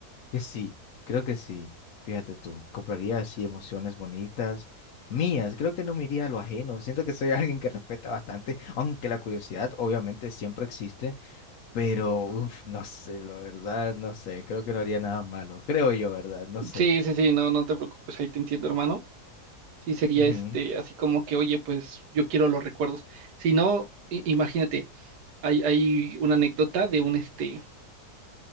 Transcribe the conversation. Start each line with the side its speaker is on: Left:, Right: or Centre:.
Left: que sí, creo que sí. Fíjate tú, compraría así emociones bonitas, mías. Creo que no me iría a lo ajeno. Siento que soy <laughs> alguien que respeta bastante, aunque la curiosidad obviamente siempre existe, pero uf, no sé, la verdad, no sé. Creo que no haría nada malo. Creo yo, ¿verdad? No sé.
Right: Sí, sí, sí, no, no te preocupes, ahí te entiendo, hermano. Sí, sería
Left: Ujú,
Right: este, así como que, oye, pues yo quiero los recuerdos. Si no, i- imagínate, hay, hay una anécdota de un este,